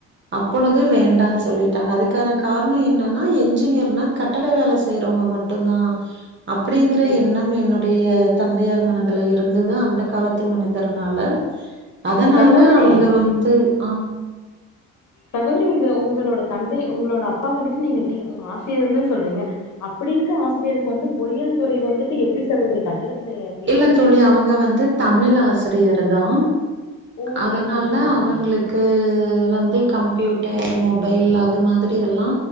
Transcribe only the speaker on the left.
சே
சகோதரி
சகோதரி உங்க உங்களோட தந்தை உங்களோட அப்பா வந்துட்டு நீங்க டீ உங்க ஆசியர்ன்னு சொல்றீங்க அப்படி இருக்க ஆசிரியருக்கு வந்து பொறியல் துறை வந்துட்டு எப்படி சகோதரி கட்டிடத்துலயே
ஓ
சேரிங்க சகோதரி.